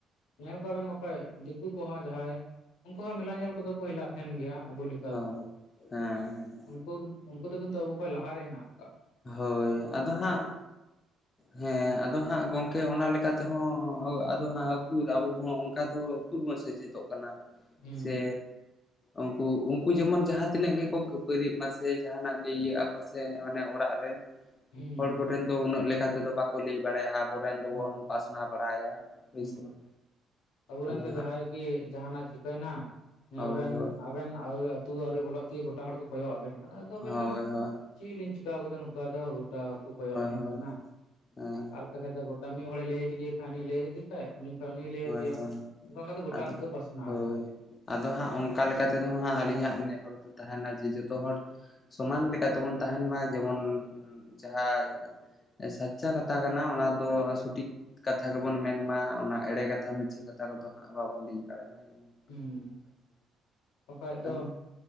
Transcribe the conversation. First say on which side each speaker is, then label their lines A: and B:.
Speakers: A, on the left; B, on the left.
A: ᱧᱮᱞ ᱠᱚᱣᱟᱵᱮᱱ ᱵᱟᱠᱷᱷᱟ ᱫᱤᱠᱩ ᱠᱚᱦᱚᱸ ᱡᱟᱦᱟᱸᱭ ᱩᱱᱠᱩ ᱦᱚᱸ ᱢᱮᱞᱟ ᱧᱮᱞ ᱠᱚᱫᱚ ᱠᱚ ᱦᱮᱞᱟᱜ ᱛᱟᱦᱮᱱ ᱜᱮᱭᱟ, ᱟᱵᱚ ᱞᱮᱠᱟ
B: ᱚ, ᱦᱮᱸ
A: ᱩᱱᱠᱩ ᱩᱱᱠᱩ ᱫᱚ ᱠᱤᱱᱛᱩ ᱟᱵᱚ ᱠᱷᱚᱡ ᱞᱟᱦᱟᱨᱮ ᱦᱮᱱᱟᱜ ᱠᱚᱣᱟ ᱾
B: ᱦᱳᱭ, ᱟᱫᱚ ᱦᱟᱸᱜ
A: <inaudible>
B: ᱦᱮᱸ ᱟᱫᱚ ᱦᱟᱸᱜ ᱜᱚᱝᱠᱮ ᱚᱱᱟ ᱞᱮᱠᱟ ᱛᱮᱦᱚᱸ ᱟᱫᱚ ᱦᱟᱸᱜ ᱩᱠᱩᱨ ᱟᱵᱚ ᱦᱚᱸ ᱚᱱᱠᱟ ᱫᱚ ᱩᱨᱢᱚ ᱥᱮᱪᱮᱫᱚᱜ ᱠᱟᱱᱟ
A: ᱦᱩᱸ
B: ᱥᱮ ᱩᱱᱠᱩ ᱩᱱᱠᱩ ᱡᱮᱢᱚᱱ ᱡᱟᱦᱟᱸ ᱛᱤᱹᱜ ᱜᱮᱠᱚ ᱠᱷᱟᱹᱯᱟᱹᱨᱤᱜ ᱢᱟ ᱥᱮᱮ ᱡᱟᱦᱟᱱᱟᱜ ᱜᱮ ᱤᱭᱟᱹᱜᱼᱟ, ᱥᱮ ᱚᱱᱮ ᱚᱲᱟᱜ
A: ᱦᱩᱸ
B: ᱦᱚᱲ ᱠᱚᱴᱷᱮᱱ ᱫᱚ ᱩᱱᱟᱹ ᱞᱮᱠᱟ ᱛᱮᱫᱚ ᱵᱟᱠᱚ ᱞᱟᱹᱭ ᱵᱟᱲᱟᱭᱟ ᱾ ᱟᱵᱮᱱ ᱫᱚᱵᱚᱱ
A: ᱦᱳᱭ
B: ᱯᱟᱥᱱᱟᱣ ᱵᱟᱲᱟᱭᱟᱭ,
A: ᱦᱩᱸ
B: ᱥᱮ ᱵᱟᱝ
A: ᱟᱵᱚᱨᱮᱱ
B: ᱟᱫᱚ
A: ᱫᱚ ᱡᱟᱦᱟᱸᱭ
B: ᱦᱟᱸᱜ
A: ᱜᱮ ᱡᱟᱦᱟᱱᱟᱜ ᱪᱤᱠᱟᱹᱭᱮᱱᱟ ᱧᱮᱞ
B: ᱦᱳᱭ
A: ᱵᱮᱱ
B: ᱦᱳᱭ
A: ᱟᱵᱮᱱ ᱟᱣᱨᱤ ᱟᱹᱛᱩ ᱟᱹᱣᱨᱤ ᱵᱚᱞᱚᱜ ᱛᱮᱜᱮ ᱜᱚᱴᱟ ᱦᱚᱲ ᱠᱚ ᱠᱚᱭᱚᱜ ᱟᱵᱮᱱ ᱠᱟᱱᱟ, ᱟᱫᱚᱵᱮᱱ
B: ᱦᱳᱭ
A: ᱢᱮᱱᱟ
B: ᱦᱳᱭ ᱦᱳᱭ
A: ᱪᱮᱫ ᱞᱤᱧ ᱪᱤᱠᱟᱹ ᱟᱠᱟᱫᱟ ᱱᱚᱝᱠᱟ ᱫᱚ ᱜᱚᱴᱟ ᱠᱚ ᱠᱚᱭᱚᱜ ᱟᱹᱞᱤᱧ
B: ᱦᱳᱭ
A: ᱠᱟᱱᱟ ᱾
B: ᱦᱳᱭ
A: ᱟᱨ ᱛᱚᱠᱷᱟᱱ ᱫᱚ ᱜᱚᱴᱟ ᱢᱤᱫ ᱦᱚᱲᱮ ᱞᱟᱹᱭ ᱠᱮᱫ ᱫᱤᱭᱮ ᱠᱷᱟᱱ ᱩᱱᱤ ᱞᱟᱹᱭ ᱠᱮᱫᱮ ᱠᱷᱟ ᱩᱱᱤ ᱞᱟᱹᱭ
B: ᱦᱳᱭ ᱦᱳᱭ
A: ᱚᱱᱠᱟ ᱚᱱᱠᱟᱛᱮ ᱜᱚᱴᱟ
B: ᱟᱫᱚ
A: ᱟᱹᱛᱩ ᱯᱟᱥᱱᱟᱣ
B: ᱦᱳᱭ
A: ᱮᱱᱟ ᱾
B: ᱟᱫᱚ ᱦᱟᱸᱜ ᱚᱱᱠᱟ ᱞᱮᱠᱟ ᱛᱮᱫᱚ ᱦᱟᱸᱜ ᱟᱹᱞᱤᱧ ᱦᱟᱸᱜ ᱱᱮᱦᱚᱨ ᱫᱚ ᱛᱟᱦᱮᱱᱟ ᱡᱮ ᱡᱚᱛᱚ ᱦᱚᱲ ᱥᱚᱢᱟᱱ ᱞᱮᱠᱟ ᱛᱮᱵᱚᱱ ᱛᱟᱦᱮᱱ ᱢᱟ, ᱡᱮᱢᱚᱱ ᱡᱟᱦᱟᱸ ᱥᱟᱨᱪᱟ ᱠᱟᱛᱷᱟ ᱠᱟᱱᱟ ᱚᱱᱟ ᱫᱚ ᱥᱚᱴᱷᱤᱠ ᱠᱟᱛᱷᱟ ᱜᱮᱵᱚᱱ ᱢᱮᱱᱢᱟ, ᱚᱱᱟ ᱮᱲᱮ ᱠᱟᱛᱷᱟ <unintelligible> ᱢᱪᱷᱟᱹ ᱠᱟᱛᱷᱟ ᱠᱚᱫᱚ ᱦᱟᱸᱜ ᱵᱟᱵᱚᱱ ᱞᱟᱹᱭ ᱫᱲᱟᱭᱟᱢ ᱢᱟ ᱡᱮᱢᱚᱱ ᱾
A: ᱦᱩᱸ, ᱚᱠᱚᱭ ᱟᱜ ᱫᱚ
B: ᱟᱫᱚ